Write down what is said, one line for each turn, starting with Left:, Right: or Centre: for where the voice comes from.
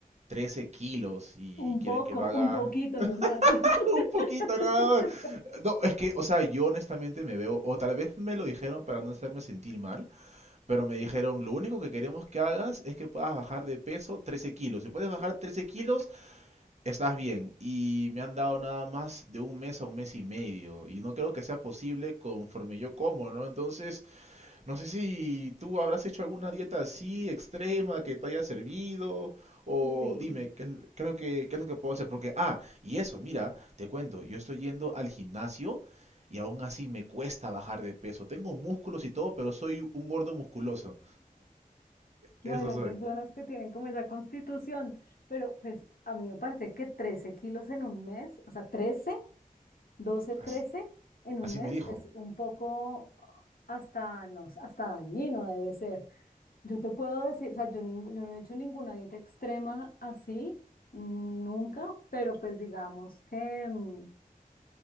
Right: 13 kilos y
Left: Un
Right: quieren
Left: poco,
Right: que lo haga
Left: un poquito nomás.
Right: <laughs> un poquito
Left: <laughs>
Right: nada más. No, es que, o sea, yo honestamente me veo, o tal vez me lo dijeron para no hacerme sentir mal, pero me dijeron, lo único que queremos que hagas es que puedas bajar de peso 13 kilos. Si puedes bajar 13 kilos, Estás bien, y me han dado nada más de un mes a un mes y medio, y no creo que sea posible conforme yo como, ¿no? Entonces, no sé si tú habrás hecho alguna dieta así extrema que te haya servido, o
Left: Sí.
Right: dime, ¿qué, es- qué es lo que, qué es lo que puedo hacer? Porque, ah, y eso, mira, te cuento, yo estoy yendo al gimnasio y aún así me cuesta bajar de peso. Tengo músculos y todo, pero soy un gordo musculoso.
Left: Bueno,
Right: Eso soy.
Left: hay personas que tienen como esa constitución, pero pues a mí me parece que 13 kilos en un mes, o sea, 13, 12,
Right: Así,
Left: 13 en
Right: así
Left: un mes
Right: me dijo.
Left: es un poco hasta, no, sé, hasta dañino debe ser. Yo te puedo decir, o sea, yo, ning- yo no he hecho ninguna dieta extrema así, nunca, pero pues digamos que... mm,